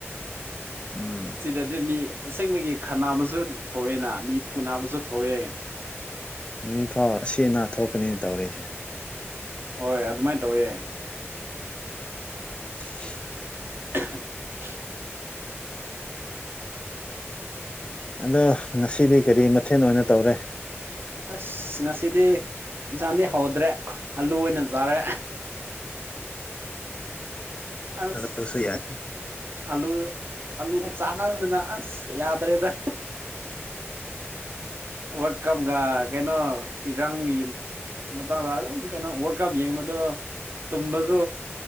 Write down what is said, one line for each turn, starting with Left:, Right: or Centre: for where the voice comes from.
Left: ꯎꯝ
Right: ꯁꯤꯗꯗꯤ ꯃꯤ ꯑꯁꯦꯡꯕꯒꯤ ꯈꯥꯟꯅꯕꯁꯨ ꯊꯣꯛꯑꯦꯅ ꯃꯤ ꯐꯨꯅꯕꯁꯨ ꯊꯣꯛꯑꯦ
Left: ꯃꯤ ꯐꯥꯎ ꯑꯁꯤꯅꯥ ꯊꯣꯛꯀꯅꯦꯅ ꯇꯧꯔꯤꯁꯦ
Right: ꯍꯣꯏ ꯑꯗꯨꯃꯥꯏ ꯇꯧꯋꯦ
Left: <unintelligible>
Right: <inaudible>
Left: ꯑꯗꯣ ꯉꯁꯤꯗꯤ ꯀꯔꯤ ꯃꯊꯦꯜ ꯑꯣꯏꯅ ꯇꯧꯔꯦ
Right: ꯑꯁ ꯉꯁꯤꯗꯤ ꯌꯦꯟꯁꯥꯡꯗꯤ ꯍꯧꯗ꯭ꯔꯦ ꯑꯂꯨ ꯑꯣꯏꯅ ꯖꯥꯔꯦ ꯑꯁ
Left: ꯑꯗꯨꯁꯨ ꯌꯥꯏ
Right: ꯑꯂꯨ ꯑꯂꯨꯗ ꯆꯥꯃꯗꯅ ꯑꯁ ꯌꯥꯗ꯭ꯔꯦꯗ ꯋꯥꯔꯜꯀꯝꯒ ꯀꯩꯅꯣ ꯏꯔꯪꯌꯦ ꯃꯇꯥꯡꯗ ꯑꯗꯨꯝ ꯀꯩꯅꯣ ꯋꯥꯔ ꯀꯞ ꯌꯦꯡꯕꯗꯣ ꯇꯨꯝꯕꯁꯨ